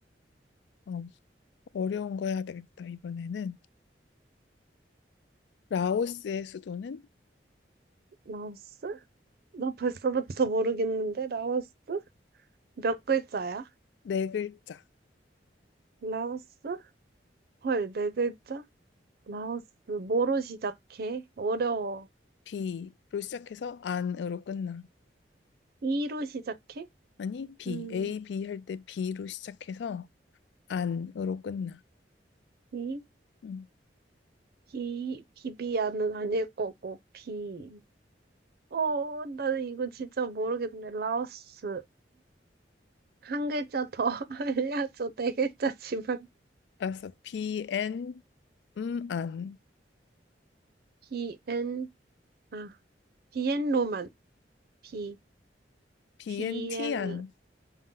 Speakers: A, on the left; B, on the right.
A: 어, 어려운 거 해야 되겠다, 이번에는. 라오스의 수도는
B: 라오스? 나 벌써부터 모르겠는데, 라오스? 몇 글자야?
A: 네 글자,
B: 라오스? 헐, 네 글자? 라오스. 뭐로 시작해? 어려워.
A: B로 시작해서 안으로 끝나.
B: 이로 시작해?
A: 아니, B,
B: 음,
A: A, B 할 때 B로 시작해서 안으로 끝나.
B: 이?
A: 음,
B: 비, 비비안은 아닐 거고, 비. 어, 나 이거 진짜 모르겠네. 라오스. 한 글자 더 <laughs> 알려줘. 네 글자지만.
A: 알았어. BN, 음, 안.
B: 비엔, 아, 비엔로만. 비,
A: BNT,
B: 비엔,
A: 안.